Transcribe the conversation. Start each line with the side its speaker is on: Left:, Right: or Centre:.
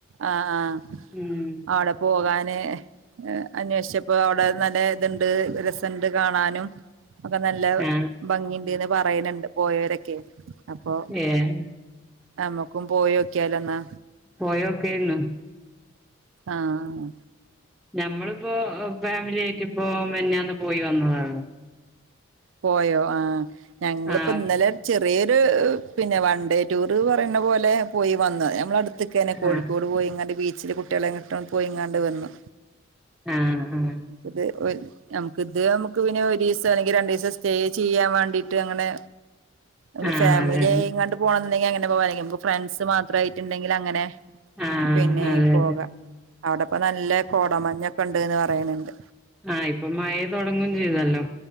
Right: ആഹ് ആഹ്
Centre: ഉം
Right: ആടെ പോകാന് ഹേ അന്വേഷിച്ചപ്പോ അവിടെ നല്ല ഇതുണ്ട് രസണ്ട് കാണാനും ഒക്കെ നല്ല
Centre: ആ
Right: ഭംഗിണ്ട്ന്ന് പറയ്ന്ണ്ട് പോയോരൊക്കെ അപ്പൊ
Centre: ഏഹ്
Right: നമ്മക്കും പോയോക്കിയാലോ ന്നാ
Centre: പോയോക്കെന്ന്
Right: ആഹ്
Centre: ഞമ്മളിപ്പോ ഫാമിലി ആയിട്ട് ഇപ്പോ മിനിഞ്ഞാന്ന് പോയി വന്നതാണ്
Right: പോയോ ആ ഞങ്ങളിപ്പോ
Centre: ആ
Right: ഇന്നലെ ചെറി യ ഒരു പിന്നെ വൺ ഡേ ടൂറ് പറയ്ണ പോലെ പോയി വന്നു ഞമ്മളെ അടുത്ത് ക്കനെ കോഴിക്കോട്
Centre: ആ
Right: പോയിങ്ങാണ്ട് ബീച്ചില് കുട്ടികളെങ്ങട്ടും പോയിങ്ങാണ്ട് വന്നു
Centre: ആഹ് ആഹ്
Right: ഇത് ഒരു ഞമ്മക്ക് ഇത് നമുക്ക് പിന്നെ ഒരു ദിവസം അല്ലെങ്കിൽ രണ്ടു ദിവസം സ്റ്റേ ചെയ്യാൻ വേണ്ടീട്ട് അങ്ങനെ ഇനി
Centre: ആ
Right: ഫാമിലി
Centre: അതെ
Right: ആയിങ്ങാണ്ട് പോണംന്നുണ്ടെങ്കിൽ അങ്ങനെ പോവാ അല്ലെങ്കി ഫ്രണ്ട്സ് മാത്രമായിട്ടുണ്ടെങ്കി അങ്ങനെ
Centre: ആ
Right: പിന്നെ
Centre: അതെ
Right: പോകാം
Centre: അതെ
Right: അവിടെപ്പോ നല്ല കോടമഞ്ഞൊക്കെ ഉണ്ട്ന്ന് പറയണണ്ട്
Centre: ആഹ് ഇപ്പൊ മഴ തോടങ്ങും ചെയ്തല്ലോ